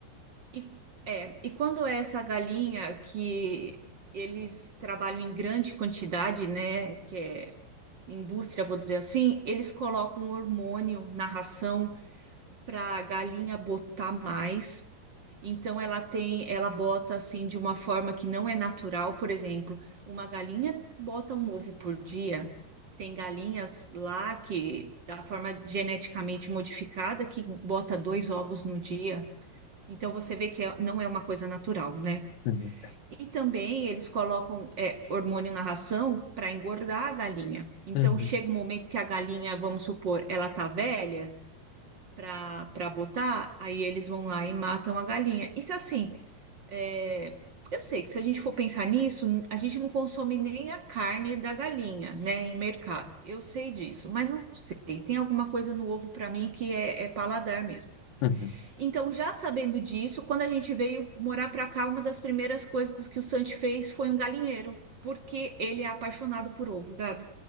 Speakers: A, on the right (about 65°); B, on the left (about 75°).
A: E, é, e quando é essa galinha que eles trabalham em grande quantidade, né, que é indústria, vou dizer assim, eles colocam hormônio na ração para a galinha botar mais. Então ela tem, ela bota assim de uma forma que não é natural, por exemplo, uma galinha bota um ovo por dia. Tem galinhas lá que da forma geneticamente modificada que bota dois ovos no dia. Então você vê que é- não é uma coisa natural, né?
B: Uhum,
A: E também eles colocam é, hormônio na ração para engordar a galinha. Então
B: uhum,
A: chega um momento que a galinha, vamos supor, ela tá velha pra, pra botar, aí eles vão lá e matam a galinha. Então, assim, é, eu sei que se a gente for pensar nisso, a gente não consome nem a carne da galinha, né, em mercado. Eu sei disso, mas não sei. Tem alguma coisa no ovo pra mim que é, é paladar mesmo.
B: uhum.
A: Então, já sabendo disso, quando a gente veio morar para cá, uma das primeiras coisas que o Santi fez foi um galinheiro, porque ele é apaixonado por ovo, Gabi.